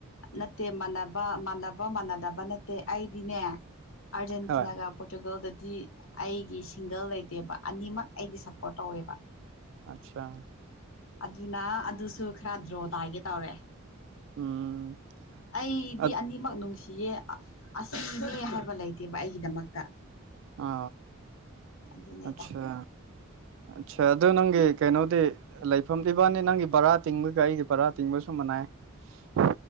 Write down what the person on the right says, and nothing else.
ꯍꯣꯏ
ꯑꯠꯁꯥ
ꯎꯝ
ꯑꯥ
ꯑ
ꯑꯠꯁꯥ ꯑꯠꯆꯥ ꯑꯗꯨ ꯅꯪꯒꯤ ꯀꯩꯅꯣꯗꯤ ꯂꯩꯐꯝ ꯏꯕꯥꯅꯤ ꯅꯪꯒꯤ ꯕꯔꯥ ꯇꯤꯡꯕꯒ ꯑꯩꯒꯤ ꯕꯔꯥ ꯇꯤꯡꯕꯁꯨ ꯃꯟꯅꯩ <inaudible>